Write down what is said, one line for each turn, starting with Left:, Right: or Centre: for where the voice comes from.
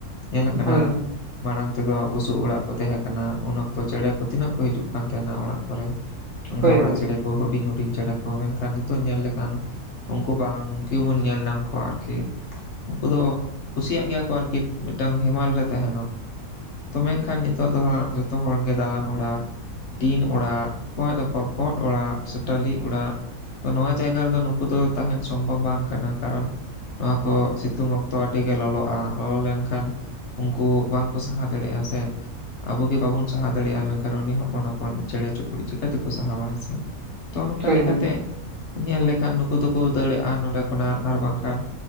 Left: ᱧᱮᱞ ᱠᱟᱱᱟ
Right: ᱦᱳᱭ
Left: ᱢᱟᱲᱟᱝ ᱛᱮᱫᱚ᱾ ᱵᱩᱥᱩᱵ ᱚᱲᱟᱜ ᱠᱚ ᱛᱟᱦᱮᱸ ᱠᱟᱱᱟ ᱩᱱ ᱚᱠᱛᱚ ᱪᱮᱬᱮ ᱠᱚ ᱛᱤᱱᱟᱹᱜ ᱠᱚ ᱦᱤᱡᱩᱜ ᱠᱟᱱ ᱛᱟᱦᱮᱱᱟ ᱚᱲᱟᱜ ᱠᱚᱨᱮ᱾
Right: ᱦᱳᱭ
Left: ᱜᱷᱟᱣᱲᱟ
Right: ᱦᱳᱭ
Left: ᱪᱮᱬᱮ ᱠᱚ ᱦᱩᱰᱤᱧ ᱦᱩᱰᱤᱧ ᱪᱮᱬᱮ ᱠᱚ ᱢᱮᱱᱠᱷᱟᱱ ᱱᱤᱛᱚᱜ ᱧᱮᱞ ᱞᱮᱠᱷᱟᱱ ᱩᱱᱠᱩ ᱵᱟᱝ ᱜᱮ ᱵᱚᱱ ᱧᱮᱞ ᱧᱟᱢ ᱠᱚᱣᱟ ᱟᱨᱠᱤ ᱩᱱᱠᱩ ᱫᱚ ᱠᱩᱥᱤᱭᱟᱜ ᱜᱮᱭᱟ ᱠᱚ ᱟᱨᱠᱤ ᱢᱤᱫᱴᱟᱝ ᱦᱮᱢᱟᱞ ᱨᱮ ᱛᱟᱦᱮᱱᱚ᱾ ᱛᱚ ᱢᱮᱱᱠᱷᱟᱱ ᱱᱤᱛᱚᱜ ᱫᱚ ᱦᱟᱸᱜ ᱡᱚᱛᱚ ᱦᱚᱲᱜᱮ ᱫᱟᱬᱟᱱ ᱚᱲᱟᱜᱼᱼ ᱴᱤᱱ ᱚᱲᱟᱜ ᱚᱠᱚᱭᱟᱜ ᱫᱚ ᱠᱚᱨᱠᱚᱫ ᱚᱲᱟᱜ ᱥᱮ ᱴᱟᱹᱟᱞᱤ ᱚᱲᱟᱜᱼᱼ ᱛᱚ ᱱᱚᱶᱟ ᱡᱟᱭᱜᱟ ᱨᱮᱫᱚ ᱱᱩᱠᱩ ᱫᱚ ᱛᱟᱦᱮᱱ ᱥᱚᱢᱵᱷᱚᱵ ᱵᱟᱝ ᱠᱟᱱᱟ ᱠᱟᱨᱚᱱ ᱱᱚᱣᱟ ᱠᱚ ᱥᱤᱛᱩᱝ ᱚᱠᱛᱚ ᱟᱹᱰᱤ ᱜᱮ ᱞᱚᱞᱚᱜᱼᱟ ᱞᱚᱞᱚ ᱞᱮᱱᱠᱷᱟᱱ ᱩᱱᱠᱩ ᱵᱟᱝᱠᱚ ᱥᱟᱦᱟᱼᱼ ᱫᱟᱲᱮᱜ-ᱟ ᱥᱮ᱾ ᱟᱵᱚ ᱜᱮ ᱵᱟᱵᱚᱱ ᱥᱟᱦᱟᱣ ᱫᱟᱲᱮᱭᱟᱜᱼᱟ ᱢᱮᱱᱠᱷᱟᱱ ᱩᱱᱤ ᱦᱚᱯᱚᱱ ᱦᱚᱯᱚᱱ ᱪᱮᱬᱮ ᱪᱩᱯᱲᱩᱡ ᱪᱤᱠᱟᱹᱛᱮᱠᱚ ᱥᱟᱦᱟᱣᱟᱭ ᱥᱮ᱾ ᱛᱚ ᱱᱚᱝᱠᱟ
Right: ᱦᱳᱭ
Left: ᱞᱮᱠᱟᱛᱮᱼᱼ
Right: ᱦᱳᱭ
Left: ᱧᱮᱞ ᱞᱮᱠᱷᱟᱱ ᱱᱩᱠᱩ ᱫᱚᱠᱚ ᱫᱟᱹᱲᱟᱜᱼᱟ ᱱᱚᱰᱮ ᱠᱷᱚᱱᱟᱜ ᱟᱨ ᱵᱟᱝᱠᱷᱟᱱ